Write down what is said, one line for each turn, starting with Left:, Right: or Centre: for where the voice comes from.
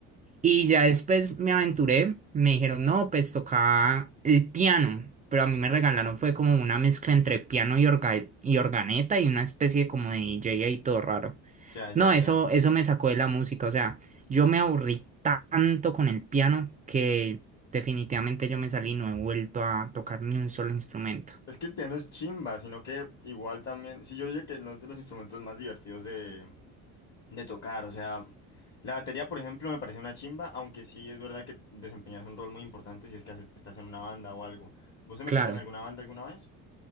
Right: Y ya después me aventuré, me dijeron, no, pues tocaba el piano, pero a mí me regalaron fue como una mezcla entre piano y, orga- y organeta y una especie como de DJ ahí todo raro.
Left: ya, ya,
Right: No, eso,
Left: ya.
Right: eso me sacó de la música, o sea. Yo me aburrí tanto con el piano que definitivamente yo me salí y no he vuelto a tocar ni un solo instrumento.
Left: Es que el piano es chimba, sino que igual también, sí, yo diría que no es de los instrumentos más divertidos de de tocar, o sea, la batería, por ejemplo, me parece una chimba, aunque sí es verdad que desempeñas un rol muy importante si es que haces- estás en una banda o algo. ¿Vos te
Right: Claro,
Left: metiste en alguna banda alguna vez?